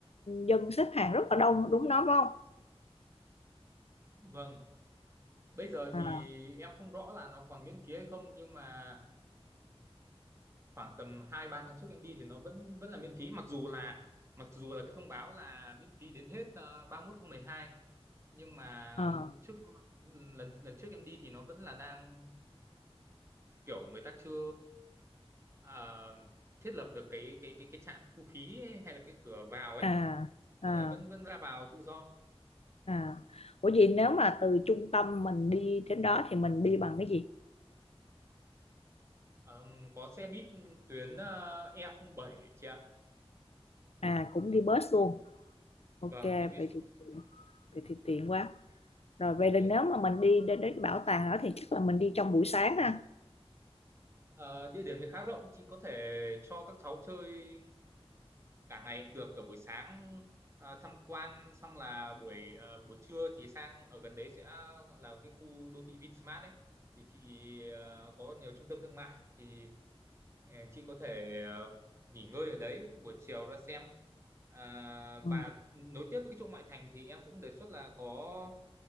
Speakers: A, on the left; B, on the right.
A: dân xếp hàng rất là đông đúng đó phải không?
B: vâng bây giờ
A: À
B: thì em không rõ là nó còn miễn phí hay không nhưng mà khoảng tầm hai ba tháng trước em đi thì nó vẫn vẫn là miễn phí mặc dù là mặc dù là cái thông báo là miễn phí đến hết ờ, ba mươi 31 tháng mười hai nhưng mà
A: à
B: trước lần lần trước em đi thì nó vẫn là đang kiểu người ta chưa à, thiết lập được cái cái cái cái trạm thu phí ấy, hay là cái cửa vào ấy
A: à à.
B: nên là vẫn vẫn ra vào tự do
A: à. Ủa vậy nếu mà từ trung tâm mình đi đến đó thì mình đi bằng cái gì?
B: Ờ, có xe buýt tuyến ờ, e không bảy chị ạ
A: À cũng đi bus luôn. Ok
B: vâng đi buýt
A: vậy thì tiện, vậy thì tiện quá. Rồi vậy thì
B: Ờ,
A: nếu mà mình đi đến đến cái bảo tàng đó thì chắc là mình đi trong buổi sáng ha.
B: ờ, địa điểm thì khá rộng chị có thể cho các cháu chơi cả ngày cũng được cả buổi sáng ờ, tham quan xong là buổi ờ, buổi trưa thì sang ở gần đấy sẽ là cái khu đô thị Vinsmart ấy thì chị ờ, có nhiều trung tâm thương mại thì Ờ, Chị có thể ờ, nghỉ ngơi ở đấy buổi chiều ra xem à,
A: Ừ.
B: và nối tiếp với cái chỗ ngoại thành thì em cũng đề xuất là có